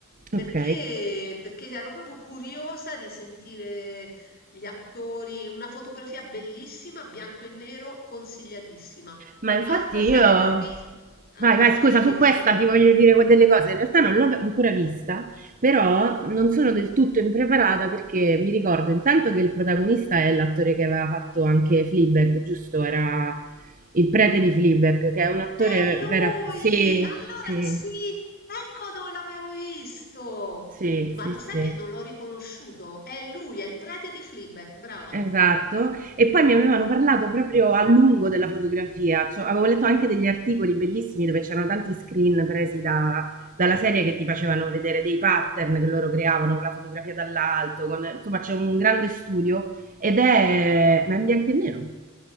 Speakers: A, on the left; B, on the right.
A: perché,
B: Ok.
A: perché ero proprio curiosa di sentire gli attori, una fotografia bellissima, bianco e nero, consigliatissima.
B: Ma infatti
A: Altra serie
B: io...
A: che ho visto, ah,
B: Vai,
A: di,
B: vai, scusa,
A: di, di, di,
B: su questa
A: scusa.
B: ti voglio dire que- delle cose. In realtà non l'ho ancora vista, però non sono del tutto impreparata perché mi ricordo intanto che il protagonista è l'attore che aveva fatto anche Fleabag, giusto? Era il prete di Fleabag, che è un attore
A: È lui!
B: vero... Sì,
A: Allora
B: sì,
A: sì, ecco dove l'avevo visto!
B: sì,
A: Ma
B: sì,
A: lo
B: sì.
A: sai che non l'ho riconosciuto? È lui, è il prete di Fleabag, brava,
B: Esatto. E poi mi avevano parlato proprio a lungo della fotografia, cioè, avevo letto anche degli articoli bellissimi dove c'erano tanti screen presi da- dalla serie che ti facevano vedere dei pattern che loro creavano con la fotografia dall'alto, con- insomma c'è un grande studio ed è... ma è in bianco e nero.